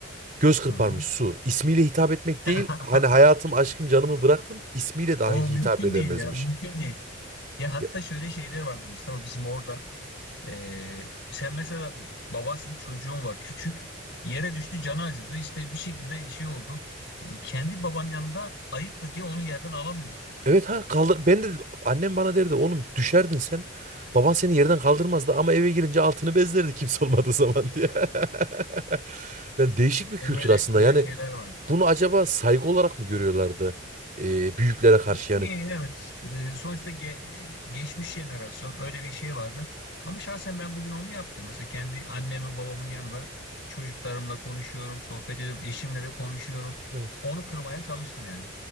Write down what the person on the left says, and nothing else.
Hı hı.
<laughs>
O mümkün
değil ya mümkün değil. Ya hatta
şöyle şeyler vardı Mustafa bizim orada. Ee, sen mesela babasın çocuğun var küçük yere düştü canı acıdı işte bir şekilde şey oldu. Ee, kendi baban yanında ayıptır diye onu yerden alamıyorsun.
E böyle
böyle
şeyler vardı.
Yani
evet e, sonuçta ge- e, geçmiş jenerasyon öyle bir şey vardı. Ama şahsen ben bugün onu yapmıyorum. Mesela kendi annemin babamın yanında çocuklarımla konuşuyorum, sohbet ediyorum, eşimle de konuşuyorum.
Onu kırmaya çalıştım yani.